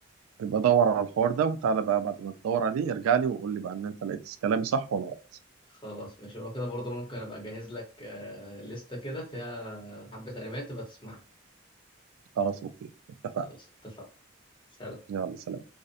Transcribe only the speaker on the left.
خلاص ماشي لو كده برضه ممكن ابقى اجهز لك آه، لستة كده فيها حبة انميات تبقى تسمعها
خلاص اتفقنا سلام